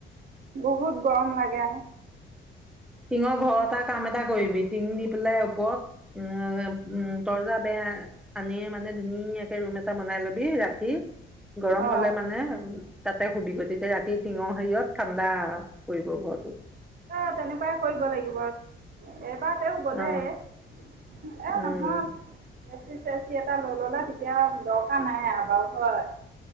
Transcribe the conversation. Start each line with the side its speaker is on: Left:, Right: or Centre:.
Right: বহুত গৰম লাগে।
Centre: টিঙৰ ঘৰটা কাম এটা কৰিবি টিং দি পেলাই ওপৰত উম, তৰ্জা বেয়া আানিয় মানে ধুনীয়াকে ৰুম এটা বনাই লবি ৰাতি গৰম
Right: অ'।
Centre: হলে মানে উম। তাতে শুবি তেতিয়া ৰাতি টিঙৰ হেৰিয়ত ঠাণ্ডা পৰিব ঘৰটোত।
Right: এ তেনেকুৱাই কৰিব লাগিব আৰু এইবাৰ তেওঁ গলে
Centre: অ
Right: এ
Centre: উম
Right: নহয় এ চি চে চি টা লৈ ললে তেতিয়া দৰকাৰ নাই অভাৱ হয়।